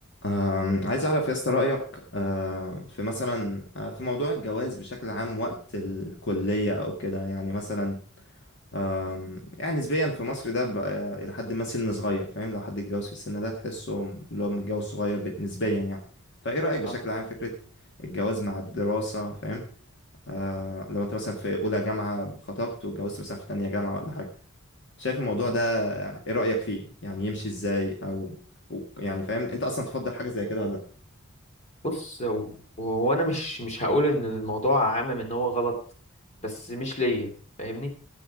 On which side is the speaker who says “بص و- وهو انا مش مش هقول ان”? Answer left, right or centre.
Left